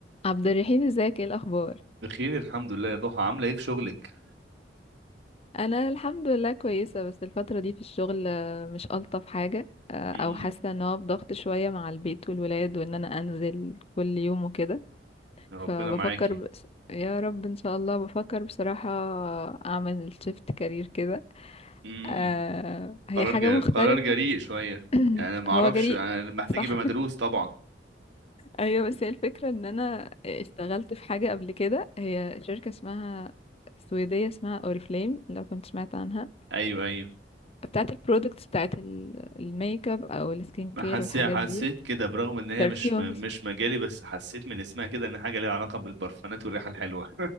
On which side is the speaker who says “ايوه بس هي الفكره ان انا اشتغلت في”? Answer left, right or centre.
Left